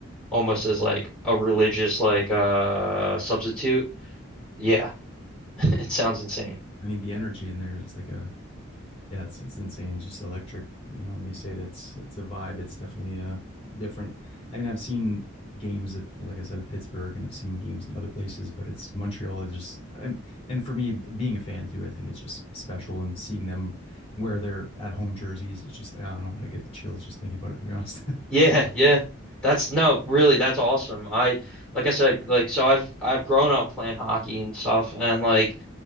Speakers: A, in the centre; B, on the left (about 30°).
A: almost as like a religious like uh substitute. Yeah, <laughs> it sounds insane.
B: I mean, the energy in there is like a, yeah, it's, it's insane. It's just electric. You know, when they say that's, it's a vibe, it's definitely uh, different. I mean, I've seen games at, like I said, at Pittsburgh and I've seen games in other places, but it's Montreal is just, I'm, and for me, being a fan too, I think is just special and seeing them wear their at home jerseys. It's just like, I don't know, I get the chills just thinking about it, to be honest.
A: Yeah, yeah. That's no, really, that's awesome. I like I said, like so I've I've grown up playing hockey and stuff and like